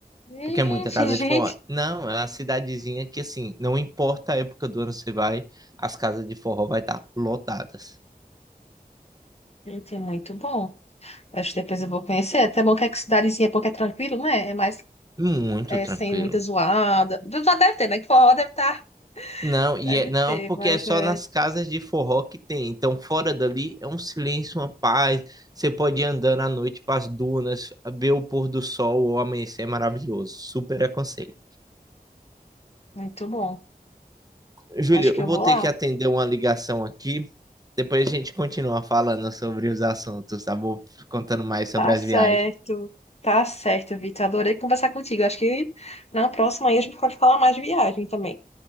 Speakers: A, on the left; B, on the right.
A: Gente,
B: Porque é muita casa
A: gente,
B: de forró. Não, é uma cidadezinha que, assim, não importa a época do ano que você vai, as casas de forró vai estar lotadas.
A: gente, é muito bom. Acho que depois eu vou conhecer. É até bom que é que cidadezinha, porque é tranquilo, né? É mais
B: Muito
A: é,
B: tranquilo.
A: sem muita zoada. Já deve ter, né? Que forró deve estar,
B: Não, e
A: deve
B: é, não,
A: ter,
B: porque
A: mas
B: é só
A: é
B: nas casas de forró que tem. Então, fora dali é um silêncio, uma paz. Você pode ir andando à noite para as dunas, ver o pôr do sol ou amanhecer é maravilhoso. Super aconselho.
A: muito bom.
B: Júlio,
A: Acho que
B: eu
A: eu
B: vou
A: vou
B: ter
A: lá.
B: que atender uma ligação aqui. Depois a gente continua falando sobre os assuntos, tá bom? Contando mais sobre
A: Tá
B: as
A: certo.
B: viagens.
A: Tá certo, Vitor. Adorei conversar contigo. Acho que na próxima aí a gente pode falar mais de viagem também.